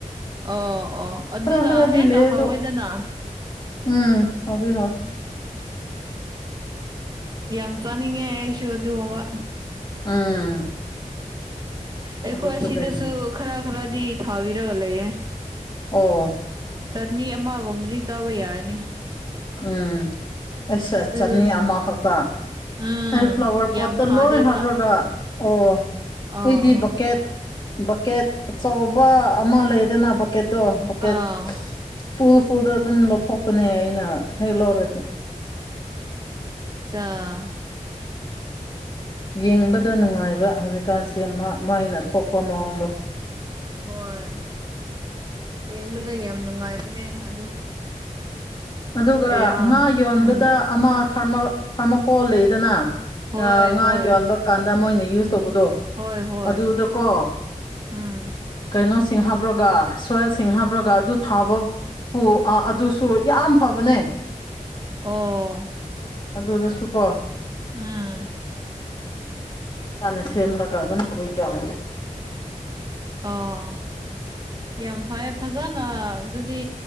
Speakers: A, on the right; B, on the left.
A: ꯑꯣ ꯑꯣ ꯑꯗꯨꯅ
B: ꯈꯔ ꯈꯔꯗꯤ
A: ꯍꯦꯟꯅ
B: ꯂꯩ
A: ꯍꯥꯎꯋꯦꯗꯅ
B: ꯑꯗꯨ ꯎꯝ ꯍꯣꯏ ꯍꯣꯏ
A: ꯌꯥꯝ ꯆꯥꯅꯤꯡꯉꯦ ꯑꯩꯁꯨ ꯑꯗꯨꯒꯨꯝꯕ
B: ꯎꯝ
A: ꯑꯩꯈꯣꯏ
B: ꯑꯗꯨꯁꯨ
A: ꯁꯤꯗꯁꯨ
B: ꯂꯩꯕꯅꯤ
A: ꯈꯔ ꯈꯔꯗꯤ ꯊꯥꯕꯤꯔꯒ ꯂꯩꯌꯦ
B: ꯑꯣ
A: ꯆꯅꯤ ꯑꯃꯒꯨꯝꯕꯗꯤ ꯆꯥꯕ ꯌꯥꯔꯅꯤ
B: ꯎꯝ ꯑꯁ
A: ꯑꯗꯨ
B: ꯆꯠꯅꯤ ꯑꯃ ꯈꯛꯇ
A: ꯎꯝ
B: ꯑꯩ ꯐ꯭ꯂꯥꯋꯔ
A: ꯌꯥꯝ
B: ꯄꯣꯠꯇ
A: ꯊꯥꯗꯦꯕ
B: ꯂꯣꯏ ꯍꯥꯞ꯭ꯔꯒ ꯑꯣ
A: ꯑꯥ
B: ꯑꯩꯗꯤ ꯕꯣꯀꯦꯠ ꯕꯛꯀꯦꯠ ꯑꯆꯧꯕ ꯑꯃ ꯂꯩꯗꯅ ꯕꯛꯀꯦꯠꯇꯣ ꯕꯛꯀꯦꯠ
A: ꯑꯥ
B: ꯐꯨꯜ ꯐꯨꯜꯗ ꯑꯗꯨꯝ ꯂꯧꯈꯠꯄꯅꯦ ꯑꯩꯅ ꯍꯦꯛ ꯂꯧꯔꯗꯤ
A: ꯑꯆꯥ
B: ꯌꯦꯡꯕꯗ ꯅꯨꯡꯉꯥꯏꯕ ꯍꯧꯖꯤꯛꯀꯥꯟꯁꯦ ꯃꯥꯏꯅ ꯊꯣꯛꯄ ꯃꯑꯣꯡꯗꯣ
A: ꯍꯣꯏ ꯌꯦꯡꯕꯗ ꯌꯥꯝ ꯅꯨꯡꯉꯥꯏꯕꯅꯦ ꯑꯗꯨ
B: ꯑꯗꯨꯒ
A: ꯌꯥꯝ
B: ꯉꯥ ꯌꯣꯟꯕꯗ
A: ꯎꯝ
B: ꯑꯃ ꯊꯥꯔꯃꯣꯀꯣꯜ ꯂꯩꯗꯅ
A: ꯍꯣꯏ
B: ꯑ ꯉꯥ
A: ꯍꯣꯏ
B: ꯌꯣꯟꯕꯥ ꯀꯥꯟꯗ ꯃꯣꯏꯅ ꯌꯨꯁ ꯇꯧꯕꯗꯣ
A: ꯍꯣꯏ ꯍꯣꯏ
B: ꯑꯗꯨꯗꯀꯣ
A: ꯎꯝ
B: ꯀꯩꯅꯣꯁꯤꯡ ꯍꯥꯞꯨꯔꯒ ꯁꯣꯏꯜꯁꯤꯡ ꯍꯥꯞꯄꯨꯔꯒ ꯑꯗꯨ ꯊꯥꯕ ꯑꯣ ꯑꯥ ꯑꯗꯨꯁꯨ ꯌꯥꯝ ꯐꯕꯅꯦ
A: ꯑꯣ
B: ꯑꯗꯨꯗꯁꯨ ꯀꯣ
A: ꯎꯝ
B: ꯏꯁꯥꯅ ꯁꯦꯝꯂꯒ ꯑꯗꯨꯝ ꯇꯧꯕ ꯌꯥꯎꯅꯤ <inaudible>
A: ꯑꯣ ꯌꯥꯝ ꯐꯩ ꯐꯖꯅ ꯑꯗꯨꯗꯤ